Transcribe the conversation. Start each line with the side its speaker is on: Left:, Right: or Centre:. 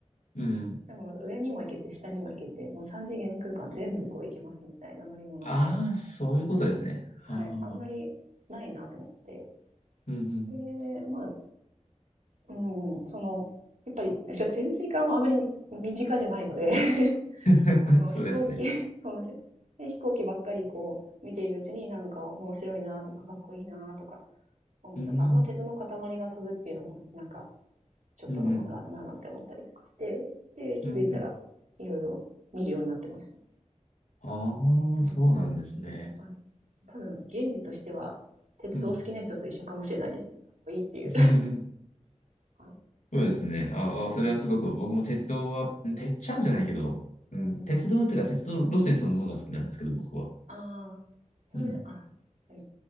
Left: うん。
Right: でもなんか上にも行けて下にも行けて、もう三次元空間全部こう行けますみたいな乗り物って、
Left: ああ、そういうことですね。
Right: はい、
Left: はあはあはあ
Right: あんまりないなと思って。
Left: うん、うん。
Right: で、まあ、うん、その、やっぱり、潜水艦はあまり身近じゃないので、<laughs>
Left: <laughs>
Right: あの、
Left: そうですね。
Right: 飛行機、<laughs> そうなんですよで飛行機ばっかりこう、見ているうちになんか面白いなとかかっこいいなとか、うんなんかあんま鉄の塊が飛ぶっていうのもねなんか
Left: うん、
Right: ちょっとロマンがあるななんて思ったりとかして、
Left: うん、うん、
Right: で、気づいたらいろいろ見るようになってました。
Left: うん、うん。ああ、
Right: うん
Left: そうなんですね。
Right: あの、多分原理としては、鉄道好きな人と一緒かもしれないですね。
Left: うん。
Right: かっこいいっていう。
Left: <laughs>
Right: <laughs> はい。
Left: そうですね。
Right: え、
Left: ああ、
Right: うん、
Left: それはすごく僕も鉄道は、うんてっちゃんじゃないけど、うん、
Right: うん。
Left: 鉄道っていうか鉄道路線そのものが好きなんですけど、僕は。
Right: ああ、それ、
Left: うん。
Right: あ、はい。